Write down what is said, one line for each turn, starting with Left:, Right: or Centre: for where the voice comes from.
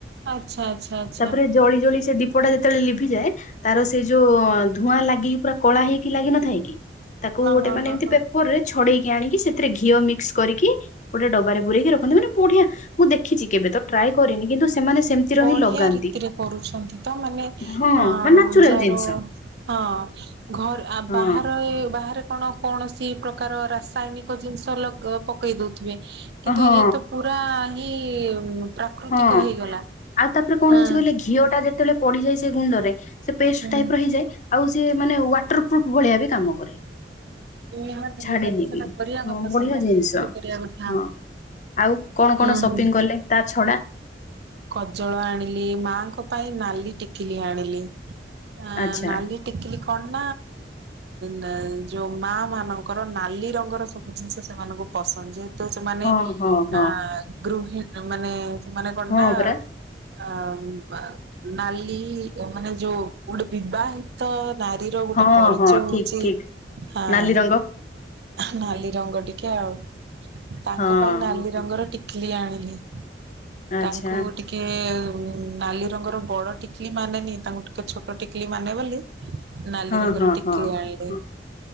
Right: ଆଚ୍ଛା ଆଚ୍ଛା ଆଚ୍ଛା।
Left: ତାପରେ ଜଳି ଜଳି ସେ ଦୀପଟା ଯେତେବେଳେ ଲିଭିଯାଏ ତାର ସେ ଯୋଉ ଧୂଆଁ ଲାଗିକି ପୁରା କଳା ହେଇକି ଲାଗିନଥାଏ କି ତାକୁ
Right: ହଁ
Left: ଗୋଟେ
Right: ହଁ
Left: ମାନେ
Right: ହଁ
Left: ଏମତି
Right: ହଁ।
Left: ପେ ପେପର୍ ରେ ଛଡେଇକି ଆଣିକି ସେଥିରେ ଘିଅ ମିକ୍ସ କରିକି ଗୋଟେ ଡବାରେ ପୁରେଇକି ରଖନ୍ତି ମାନେ ବଢିଆ ମୁଁ ଦେଖିଚି। କେବେ ତ ଟ୍ରାଏ କରିନି। କିନ୍ତୁ ସେମାନେ ସେମିତିର
Right: ବଢିଆ
Left: ହିଁ ଲଗାନ୍ତି।
Right: ରୀତିରେ କରୁଛନ୍ତି ତ। ମାନେ
Left: ହଁ
Right: ଅ
Left: ମାନେ ନାଚୁରାଲ
Right: ଯାହାର
Left: ଜିନିଷ
Right: ହଁ ଘରେ
Left: ହଁ
Right: ବାହାରେ ବାହାରେ ଆପଣ କୌଣସି ପ୍ରକାର ରାସାୟନିକ ଜିନିଷ ଲଗ୍ ପକେଇ ଦଉଥିବେ। କିନ୍ତୁ
Left: ହଁ
Right: ଇଏ ତ ପୁରା ପୁରା ହିଁ ପ୍ରାକୃତିକ
Left: ହଁ
Right: ହେଇଗଲା।
Left: ଆଉ ତାପରେ କଣ
Right: ହଁ
Left: ହଉଛି କହିଲେ ଘିଅ ଟା ଯେତେବେଳେ ପଡିଯାଏ ସେ ଗୁଣ୍ଡ ରେ ସେ ପେଷ୍ଟ
Right: ହୁଁ
Left: ଟାଇପ୍ ର ହେଇଯାଏ। ଆଉ ସିଏ ମାନେ ୱାଟର ପ୍ରୁଫ୍ ଭଳିଆ ବି କାମ କରେ।
Right: ନିହାତି
Left: ଛାଡେନି
Right: ନିହାତି ସେଟା
Left: ବି।
Right: କରିବା କଥା
Left: ବଢିଆ
Right: ସମସ୍ତେ
Left: ଜିନିଷ
Right: ସେମିତି କରିବା କଥା।
Left: ହଁ। ଆଉ କଣ କଣ
Right: ହୁଁ
Left: ସପିଂ କଲେ ତା ଛଡା?
Right: କଜଳ ଆଣିଲି ମାଙ୍କ ପାଇଁ ନାଲି ଟିକିଲି ଆଣିଲି। ଆ
Left: ଆଚ୍ଛା
Right: ନାଲି ଟିକିଲି କଣ ନା, ଯେଉଁ ମାଆ ମାନଙ୍କର ନାଲି ରଙ୍ଗର ସବୁ ଜିନିଷ ସେମାନଙ୍କୁ ପସନ୍ଦ। ଯେହେତୁ ସେମାନେ
Left: ହଁ ହଁ ହଁ
Right: ଆ ଗୃହିଣୀ ମାନେ ସେମାନେ କଣ
Left: ହଁ
Right: ନା
Left: ପରା
Right: ଆ ବା ନାଲି ମାନେ ଯୋଉ ଗୋଟେ ବିବାହିତ ନାରୀ ଗୋଟେ
Left: ହଁ
Right: ପରିଚୟ
Left: ହଁ
Right: ହଉଚି
Left: ଠିକ ଠିକ
Right: ହଁ
Left: ନାଲି ରଙ୍ଗ
Right: ନାଲି ରଙ୍ଗ ଟିକେ ଆଉ। ତାଙ୍କ
Left: ହଁ
Right: ପାଇଁ ନାଲି ରଙ୍ଗର ଟିକିଲି ଆଣିଲି।
Left: ଆଚ୍ଛା
Right: ତାଙ୍କୁ ଟିକେ ନାଲି ରଙ୍ଗର ବଡ ଟିକିଲି ମାନେନି ତାଙ୍କୁ ଟିକେ ଛୋଟ ଟିକ୍ କିଲି ମାନେ ବୋଲି ନାଲି
Left: ହଁ
Right: ରଙ୍ଗର
Left: ହଁ
Right: ଟିକଲି
Left: ହଁ
Right: ଆଣିଲ
Left: ହଁ